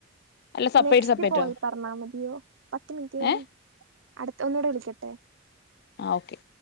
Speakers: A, on the left (about 50°); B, on the right (about 70°).
A: അല്ല സെപ്പറേറ്റ്
B: നെക്സ്റ്റ്
A: സെപ്പറേറ്റോ
B: കോളി പറഞ്ഞാ മതിയോ പത്ത് മിനിറ്റ് കഴിഞ്ഞ്
A: ഏഹ്
B: അടുത്ത ഒന്നൂടെ വിളിക്കട്ടെ.
A: ആഹ് ഓക്കെ